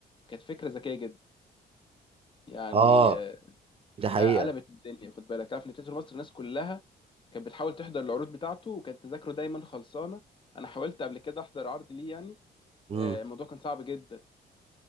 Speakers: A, on the left; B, on the right.
A: كانت فكره ذكيه جدا يعني
B: اه
A: آه،
B: ده حقيقه
A: آه، قلبت الدنيا خد بالك تعرف ان تياترو مصر الناس كلها كانت بتحاول تحضر العروض بتاعته وكانت تذاكره دايما خلصانه انا حاولت قبل كده احضر عرض ليه يعني
B: امم
A: آه، الموضوع كان صعب جدا